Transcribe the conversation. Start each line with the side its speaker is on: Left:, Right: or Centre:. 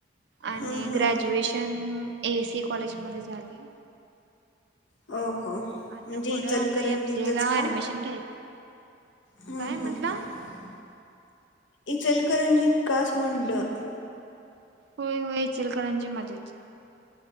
Right: आणि
Left: हम्म हम्म
Right: ग्रॅज्युएशन ऐ एसी कॉलेज मध्ये झाले.
Left: हो हो म्हणजे
Right: आता पुढं
Left: इचलकरंजीतच
Right: आता एम सी ए ला
Left: का.
Right: ऍडमिशन घ्यायचा
Left: हम्म
Right: काय म्हटला?
Left: हम्म हम्. इचलकरंजीत कास म्हणलं.
Right: होय होय इचलकरांजी मध्येच.